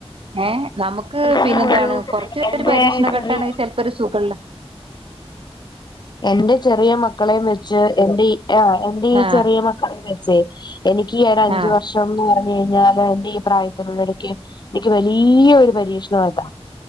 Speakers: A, on the right; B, on the left.
A: ഏഹ് നമുക്ക്
B: ഇപ്പം
A: പിന്നെന്താണ്
B: ഒരു
A: കുറച്ചൊരു
B: എന്റെ
A: പരീക്ഷണഘട്ടണെച്ചാല്
B: ചെറിയ
A: ഒരു സുഖമില്ല
B: എൻന്റെ ചെറിയ മക്കളെയും വെച്ച് എൻന്റെറെ ആ എൻന്റെ ഈ
A: ആഹ്
B: ചെറിയ മക്കളെയ വെചേ എനിക്ക് ഈ ഒ അഞ്ച്
A: ആഹ്
B: വർഷം ന്ന് പറഞ്ഞ കഴിഞ്ഞാല് എന്റെ ഈ പ്രായത്തിനുള്ള ഇടയ്ക്ക് എനിക്ക് വലിയ ഒരു പരീക്ഷണ ആതാ